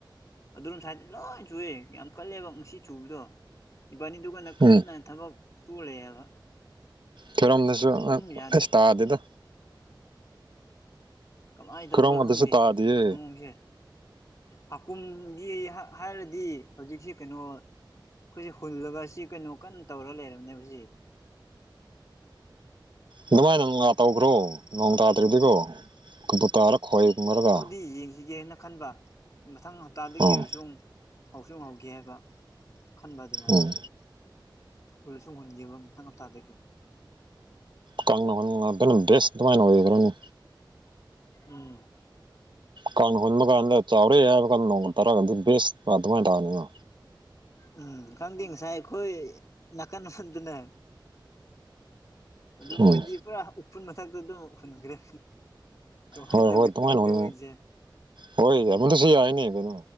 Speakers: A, on the left; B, on the right.
A: ꯑꯗꯨꯔꯣꯝ ꯁꯥꯏꯗꯗꯤ ꯂꯣꯏ ꯆꯨꯏꯦ ꯌꯥꯝ ꯀꯜꯂꯦꯕ ꯉꯁꯤ ꯆꯨꯕꯗꯣ ꯏꯕꯥꯅꯤꯗꯨꯒꯅ ꯀꯟꯅ
B: ꯎꯝ
A: ꯊꯕꯛ ꯁꯨꯨꯔ ꯂꯩꯌꯦꯕ
B: ꯊꯤꯔꯣꯝꯗꯁꯨ
A: ꯎꯝ
B: ꯑ
A: ꯌꯥꯗꯦ
B: ꯑꯁ ꯇꯥꯗꯦꯗ
A: ꯀꯃꯥꯏꯅ ꯇꯧꯕ꯭ꯔꯥ
B: ꯈꯣꯏꯔꯣꯝꯒꯗꯁꯨ
A: ꯈꯪꯗꯦ
B: ꯇꯥꯗꯤꯌꯦ
A: ꯅꯣꯡꯁꯦ ꯍꯥꯀꯨꯝꯒꯤ ꯍꯥꯏ ꯍꯥꯏꯔꯗꯤ ꯍꯧꯖꯤꯛꯁꯤ ꯀꯩꯅꯣ ꯑꯩꯈꯣꯏꯁꯦ ꯍꯨꯜꯂꯒ ꯁꯤ ꯀꯩꯅꯣ ꯀꯟꯅ ꯇꯧꯔ ꯂꯩꯔꯕꯅꯦꯕ ꯁꯤ
B: ꯑꯗꯨꯃꯥꯏꯅ ꯒꯥꯥ ꯇꯧꯕꯔꯣ ꯅꯣꯡ ꯇꯥꯗ꯭ꯔꯗꯤꯀꯣ ꯀꯕꯨꯨ ꯇꯥꯔ ꯈꯣꯏꯒꯨꯝꯃꯔꯒ
A: ꯌꯦꯡꯁꯈꯤꯒꯦꯅ ꯈꯟꯕ ꯃꯊꯪ ꯍꯞꯇꯥꯗꯒꯤ
B: ꯑꯥ
A: ꯑꯣꯏꯔꯁꯨꯛ ꯍꯧꯁꯨ ꯍꯧꯒꯦ ꯍꯥꯏꯕ ꯈꯟꯕ ꯑꯗꯨꯃꯥꯏꯅ
B: ꯎꯝ
A: ꯍꯨꯜꯂꯁꯨ ꯍꯨꯟꯒꯦꯕ ꯃꯊꯪ ꯍꯞꯇꯥꯗꯒꯤ
B: ꯀꯪꯅ ꯍꯨꯜꯂꯛꯀꯅꯨ ꯗꯔ꯭ꯦꯁ ꯑꯗꯨꯃꯥꯏꯅ ꯑꯣꯏꯒꯔꯅꯤ
A: ꯎꯝ
B: ꯀꯥꯡ ꯍꯨꯟꯕ ꯒꯟꯗ ꯆꯥꯎꯔꯦ ꯍꯥꯏꯕꯒ ꯀꯥꯟꯗ ꯅꯣꯡ ꯇꯥꯔꯛꯒꯗꯤ ꯕꯦꯁ ꯑꯗꯨꯃꯥꯏꯅ ꯇꯧꯔꯅꯤꯅ
A: ꯎꯝ ꯈꯪꯗꯦ ꯉꯁꯥꯏ ꯑꯩꯈꯣꯏ ꯅꯥꯀꯟ ꯑꯐꯟꯗꯨꯅꯦ ꯑꯗꯨ
B: ꯎꯝ
A: ꯃꯣꯏꯗꯤ ꯄꯨꯔꯥ ꯎꯐꯨꯟ ꯃꯊꯛꯇ ꯗꯨꯝ ꯈꯨꯟꯒꯔꯦ ꯀꯃꯥꯏ
B: ꯍꯣꯏ
A: ꯇꯧ
B: ꯍꯣꯏ ꯑꯗꯨꯃꯥꯏꯅ
A: ꯈꯪꯗꯦ
B: ꯍꯨꯟ
A: ꯃꯣꯏꯁꯦ
B: ꯍꯣꯏ ꯌꯥꯝꯣꯟꯗꯁꯨ ꯌꯥꯏꯅꯦ ꯀꯩꯅꯣ